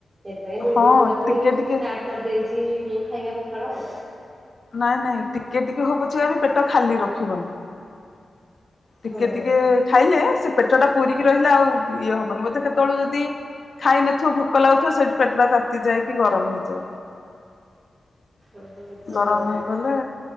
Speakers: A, on the right (about 40°); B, on the left (about 55°).
A: ସେଥିପାଇଁ ଦୁଇ
B: ହଁ
A: ଦିନ ହେଲା ପୁଣି
B: ଟିକେ
A: ଷ୍ଟାର୍ଟ
B: ଟିକେ
A: କରିଦେଇଛି ଯୋଉ ଖାଇବା ପଖାଳ ଆଉ
B: ନାଇଁ ନାଇଁ ଟିକେ ଟିକେ ହବୁଛି ଆ ବି ପେଟ ଖାଲି ରଖିବନି। ଟିକେ
A: ହୁଁ
B: ଟିକେ ଖାଇଲେ ସେ ପେଟ ଟା ପୁରରିକି ରହିଲେ ଆଉ ଇଏ ହବନି ବୋଧେ କେତେବେଳ ଯଦି ଖାଇନଥିବ ଭୋକ ଲାଗୁଥିବ ସେଇଠି ପେଟ ଟା ତାତିଯାଏ କି ଗରମ ହେଇଯାଏ।
A: ଓହୋ ସତ
B: ଗରମ
A: କଥା
B: ହେଇଗଲେ।